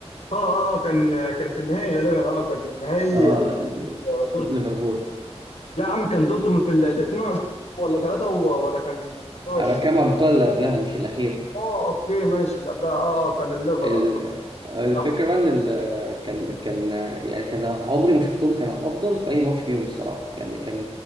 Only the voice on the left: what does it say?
اه اه كان كان في النهائي غالبا اه كان في النهائي
آه، دورتموند
لا يا عم كان دورتموند في ال- ده 22 ولا 3 ولا كان 24
اه اوكي ماشي اللي قبلها اه اه كان الليفر
اه صح
صح